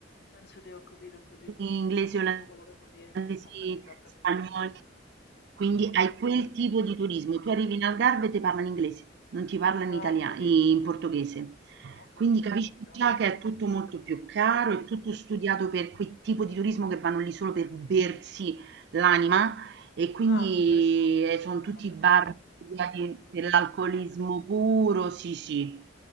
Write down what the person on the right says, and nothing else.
inglesi,
olandesi,
spagnoli. Quindi hai quel tipo di turismo. Tu arrivi in Algarve e ti parlano inglese, non ti parlano
in italiano,
in
portoghese.
Quindi capisci
già che è tutto molto più caro, è tutto studiato per quel tipo di turismo che vanno lì solo per bersi l'anima e quindi
eh,
sono
tutti
bar Via di dell'alcolismo puro, sì, sì.